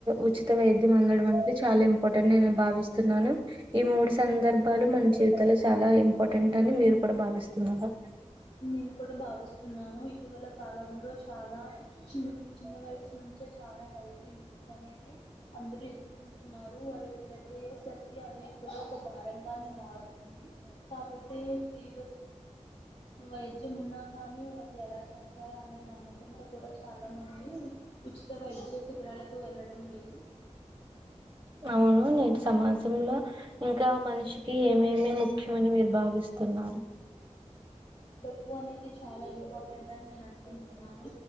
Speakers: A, on the right (about 20°); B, on the left (about 50°).
A: ఉచిత వైద్యం అందడం అనేది చాలా ఇంపార్టెంట్ నేను భావిస్తున్నాను ఈ మూడు సందర్భ పబలు మన జీవితంలో చాలా ఇంపార్టెంట్ అని మీరు కూడా భావిస్తున్నారు
B: నేను కూడా భావిస్తున్నాను ఇటీవల కాలంలో చాలా చిన్న చిన్న వయసు నుంచి చాలా హెల్త్ ఇన్షూస్ అనేది అందరుూ ఎదుర్కొంటున్నారు వారి ఒక పెద్ద అయ్యేసరికి అదే ఒక భారంగానే మారుతుంది కాబట్టి ఫ్రీ వైద్యం ఉన్నా కానీ అది ఎలా చేస్తారా అనే నమ్మకంతో కూడా చాలా మంది ఉచిత వైద్య శిబిరాలకు వెళ్ళడం లేదు
A: అవును నేటి సమాజంలో ఇంకా మనిషికి ఏమేమి ముఖ్యమని మీరు భావిస్తున్నారు అ
B: డబ్బు అనేది చాలా ఇంపార్టెంట్ అని నేను అనుకుంటున్నాను